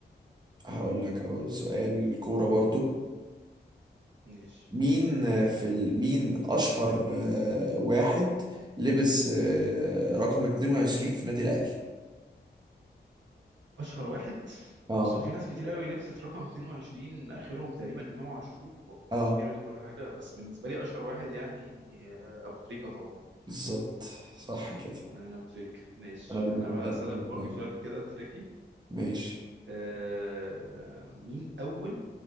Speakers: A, on the right; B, on the right.
A: هقول لك أهو سؤال كوره برضو
B: ماشي
A: مين آه، في ال... مين اشهر آه واحد لبس آه رقم 22 في نادي الاهلي
B: اشهر واحد
A: اه
B: بص هو في ناس كتير قوي لبست رقم 22 اخرهم تقريبا امام عاشور هو امام
A: اه
B: عاشور جامد وكل حاجه بس بالنسبه لي اشهر واحد يعني آه، ابو تريكه طبعا
A: بالظبط صح كده
B: انا ابو تريكه ماشي
A: انا بالنسبه
B: انا بقى
A: لي
B: اسالك
A: بالنسبة
B: برضو
A: لي كده.
B: سؤال كده تريكي
A: ماشي
B: آه مين اول